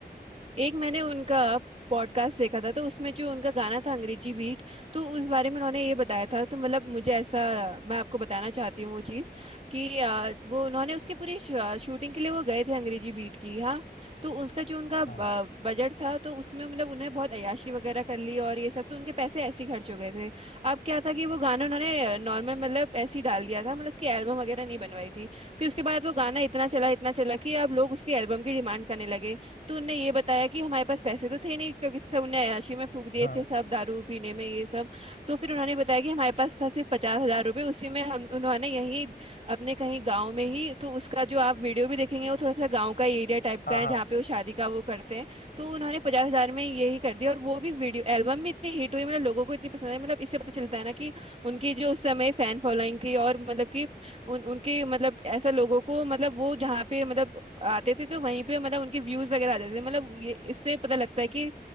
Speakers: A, on the right; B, on the left.
A: एक मैंने उनका पॉडकास्ट देखा था तो उसमें जो उनका गाना था अंग्रेजी बीट तो उस बारे में उन्होंने ये बताया था तो मतलब मुझे ऐसा मैं आपको बताना चाहती हूँ वो चीज़ कि अ, वो उन्होंने उसकी पूरी शूटिंग के लिए वो गए थे अंग्रेजी बीट की हाँ तो उसका जो उनका
B: हाँ
A: बजट था तो उसमें मतलब उन्हें बहुत अय्याशी वगैरह कर ली और ये सब तो उनके पैसे ऐसे ही खर्च हो गए थे अब क्या था कि वो गाना उन्होंने नॉर्मल मतलब ऐसे ही डाल दिया था मतलब उसकी एल्बम वगैरह नहीं बनवाई थी फिर उसके बाद वो गाना इतना चला इतना चला कि अब लोग उसकी एल्बम की डिमांड करने लगे तो उनने ये बताया कि हमारे पास पैसे तो थे नहीं क्योंकि सब ने अय्याशी में फूक दिए
B: हाँ
A: थे सब दारू पीने में ये सब तो फिर उन्होंने बताया कि हमारे पास था सिर्फ पचास हजार रुपये उसी में हम उन्होंने यहीं अपने कहीं गाँव में ही तो उसका जो आप वीडियो भी देखेंगे वो थोड़ा सा गाँव का एरिया टाइप
B: हाँ
A: का है
B: हाँ
A: जहाँ पे वो शादी का वो करते हैं तो उन्होंने पचास हजार में यही कर दिया और वो भी वीडियो एल्बम भी इतनी हिट हुई मतलब लोगों को इतनी पसंद आई मतलब इससे पता चलता है ना कि उनकी जो उस समय फैन फॉलोइंग थी और मतलब कि उन उनके मतलब ऐसा लोगों को मतलब वो जहाँ पे मतलब आते थे तो वहीं पे मतलब उनके व्यूज वगैरह आते थे मतलब ये इससे पता लगता है कि